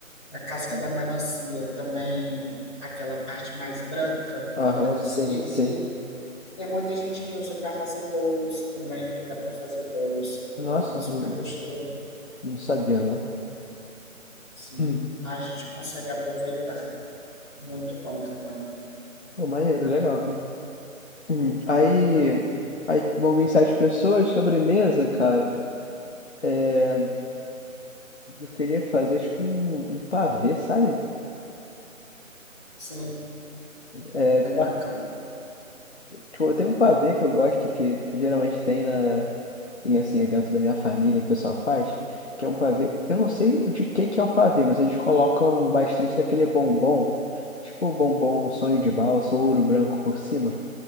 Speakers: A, on the left; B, on the left.
A: A casca
B: Uhum.
A: da melancia também, aquela parte mais branca
B: Aham,
A: da melancia
B: sim,
A: em
B: sim.
A: si, tem muita gente que usa para fazer doce também, que dá para fazer o doce, também
B: Nossa,
A: fica super
B: não,
A: gostoso.
B: não sabia, não.
A: Sim,
B: Hum.
A: a gente consegue aproveitar. Muito bom também.
B: Pô, maneiro, legal, cara. Hum. Aí, aí vão vir sete pessoas, sobremesa, cara. É, eu queria fazer tipo um, um pavê, sabe?
A: Sim,
B: É,
A: bem bacana.
B: Tipo, tem um pavê que eu gosto que geralmente tem na em assim evento da minha família que o pessoal faz, que é um pavê. Eu não sei de que que é o pavê, mas eles colocam bastante daquele bombom, tipo o bombom sonho de valsa ou ouro branco por cima.